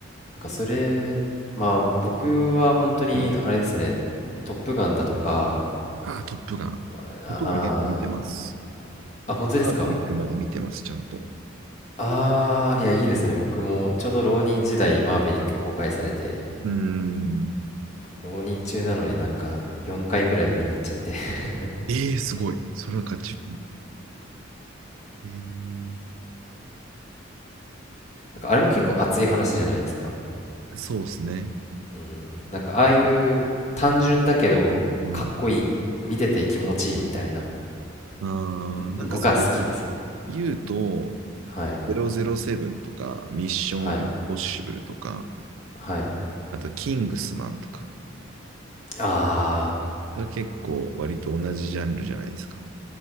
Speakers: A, on the left; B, on the right.
A: なんかそれ、まあ僕は本当にあれですね。
B: はい。
A: トップガンだとか、
B: あー、トップガン。
A: あー
B: トップガン結構見てます。
A: あ、本当ですか
B: パートリックまで見てます、ちゃんと。
A: ああいや、いいですね。僕もちょうど浪人時代、マーヴェリック公開されて、
B: うん。
A: 浪人中なのになんか4回くらい見に行っちゃって <laughs>
B: ええー、すごい。それは勝ち。えー、
A: なんかあれも結構熱い話じゃないですか。
B: そうですね。
A: うんなんかああいう単純だけどかっこいい、
B: うん。
A: 見てて気持ちいいみたいな
B: ああ、なんかそれで
A: のが好きですね。
B: 言うと、
A: はい。
B: 007とか、ミッションインポッシブルとか、
A: はい。はい。
B: あと、キングスマンとか
A: あー、
B: が結構割と同じジャンルじゃないですか。